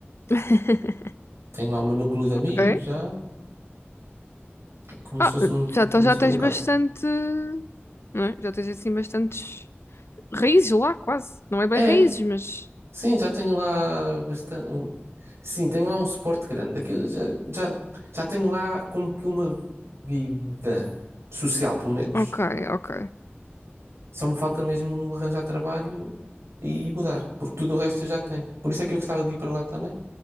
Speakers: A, on the left; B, on the right.
A: <laughs>
B: Tenho lá o meu núcleo de amigos
A: Ok.
B: já, é como
A: Ah,
B: se fosse um-
A: já, então
B: uma
A: já
B: segunda
A: tens
B: casa.
A: bastante, não é? Já tens assim bastantes. raízes lá, quase. Não é bem
B: É,
A: raízes, mas.
B: sim, já tenho lá bastante. Sim, tenho lá um suporte grande. Aquilo já, já, já tenho lá como que uma vida social, pelo menos.
A: Ok, ok.
B: Só me falta mesmo arranjar trabalho e mudar, porque tudo o resto eu já tenho. Por isso é que eu gostava de ir para lá também,